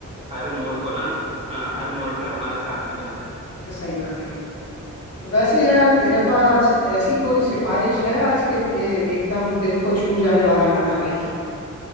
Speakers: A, on the right; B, on the left.
A: हर मोड़ को ना हाँ हर मोड़ पर हमारा साथ निभाता है
B: सही बात है भाई वैसे यार तेरे पास ऐसी कोई सिफारिश है आज के लिए एकदम दिल को छू जाने वाला गाना भाई